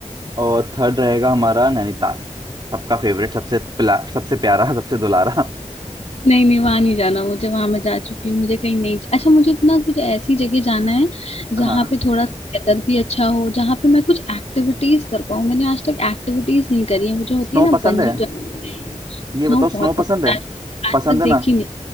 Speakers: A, on the right; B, on the left.
A: और थर्ड रहेगा हमारा नैनीताल सबका फेवरेट सबसे पिला सबसे प्यारा सबसे दुलारा
B: नहीं नहीं वहां नहीं जाना मुझे वहां मैं जा चुकी हूँ मुझे कहीं नहीं अच्छा मुझे अपना कुछ ऐसी जगह जाना है जहाँ
A: हाँ
B: पे थोड़ा वेदर भी अच्छा हो जहाँ पे मैं कुछ एक्टिविटीज कर पाऊँ मैंने आज तक एक्टिविटीज नहीं करी है मुझे होती
A: स्नो
B: है ना
A: पसंद
B: बंजी
A: है
B: जंपिंग
A: ये
B: स्नो
A: बताओ स्नो
B: बहुत पसंद
A: पसंद है
B: है आज आज
A: पसंद
B: तक
A: है
B: देखी
A: ना
B: नहीं